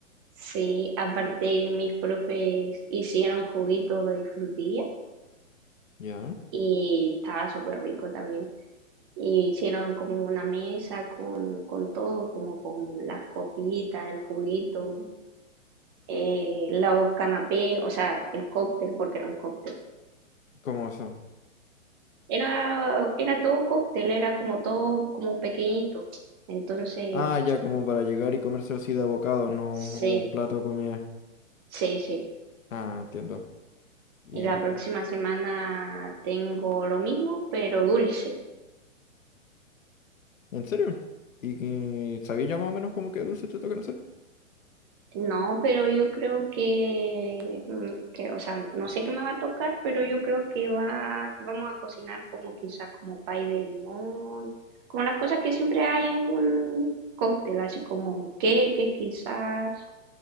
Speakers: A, on the right; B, on the left.
A: Sí, aparte mis profes hicieron juguito de frutilla
B: ¿Ya?
A: y estaba súper rico también. Y hicieron como una mesa con, con todo, como con las copitas, el juguito, eh, los canapés, o sea, el cóctel, porque era un cóctel.
B: ¿Cómo eso?
A: Era, era todo cóctel, era como todo como pequeñito. Entonces,
B: Ah, ya, como para llegar y comerse así de bocados, no,
A: sí,
B: no como un plato de comida.
A: sí, sí.
B: Ah, entiendo. ¿Y
A: Y la próxima semana tengo lo mismo, pero dulce.
B: en serio? ¿Y que sabéis ya más o menos como que dulce te tocan hacer?
A: No, pero yo creo que, mm, que, o sea, no sé qué me va a tocar, pero yo creo que va, vamos a cocinar como quizá como pay de limón, como las cosas que siempre hay en un cóctel, así como queques quizás,